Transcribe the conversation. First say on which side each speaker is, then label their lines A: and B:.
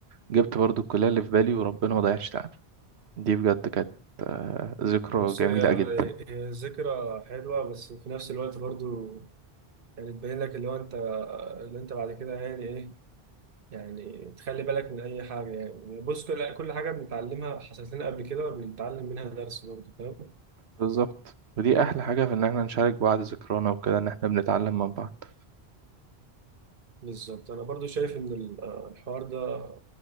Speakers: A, on the right; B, on the right.
A: جبت برضو الكلية اللي في بالي وربنا ما ضيعش تعبي دي بجد كانت آه، ذكرى
B: بص
A: جميلة
B: هي
A: جدا
B: هي ذكرى حلوة بس في نفس الوقت برضو يعني تبين لك اللي هو انت اللي انت بعد كده يعني ايه يعني تخلي بالك من اي حاجة يعني بص كل كل حاجة بنتعلمها حصلت لنا قبل كده بنتعلم منها درس برضو فاهم
A: بالظبط ودي أحلى حاجة في إن إحنا نشارك بعض ذكرانا وكده إن إحنا بنتعلم من بعض
B: بالظبط انا برضو شايف ان ال- الحوار ده